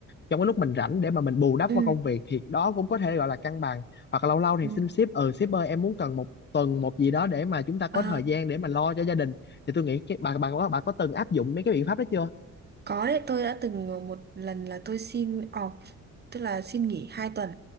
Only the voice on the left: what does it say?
trong cái lúc mình rảnh để mà mình bù đắp
qua công việc thì đó cũng có thể gọi là cân bằng hoặc là lâu lâu thì
xin sếp ừ sếp ơi em muốn cần một tuần một gì đó để mà chúng ta có
thời gian để mà lo cho gia đình thì tôi nghĩ cái bà bà có bà có từng áp dụng mấy cái biện pháp đó chưa